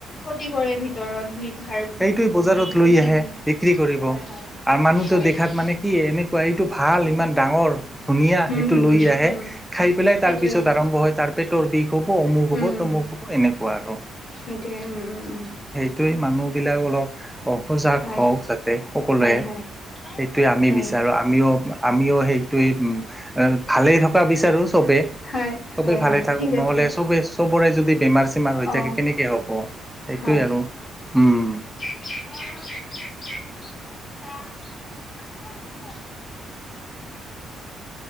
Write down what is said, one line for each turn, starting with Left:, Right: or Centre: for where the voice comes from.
Left: ক্ষতি কৰে ভিতৰত লিভাৰ
Centre: সেইটোৱে বজাৰত
Left: লিভাৰ
Centre: লৈ
Left: কিডনী
Centre: আহে বিক্ৰী কৰিব,
Left: হয় হয়
Centre: আৰু মানুহটো
Left: হয়
Centre: দেখাত মানে কি এনেকুৱা এইটো ভাল ইমান ডাঙৰ ধুনীয়া
Left: উম
Centre: সেইটো
Left: হম হম
Centre: লৈ আহে,
Left: উম
Centre: খায় পেলাই
Left: সেইটোৱে
Centre: তাৰপিছত আৰম্ভ হয় তাৰ পেট পেতৰ বিষ হব অমুক হ'ব
Left: উম
Centre: তমুক হব এনেকুৱা আৰু।
Left: সেইটোৱে উম উম উম।
Centre: সেই মানুহ বিলাক অলপ অ সজাগ
Left: হয়
Centre: হওক যাতে সকলোৱে,
Left: হয় হয়
Centre: সেইটোৱে আমি
Left: হয়
Centre: বিচাৰোঁ আমিও আমিও সেইটোৱেই উম এ ভালে থকা বিচাৰো চবে,
Left: হয়
Centre: চবে
Left: হয়
Centre: ভালে
Left: হয়
Centre: থাকক
Left: ঠিক
Centre: নহলে
Left: আছে
Centre: চবে সবৰে যদি বেমাৰ চেমাৰ হৈ থাকে
Left: অ
Centre: কেনেকে হ'ব, সেইটোৱে
Left: হয়
Centre: আৰু উম।
Left: <inaudible>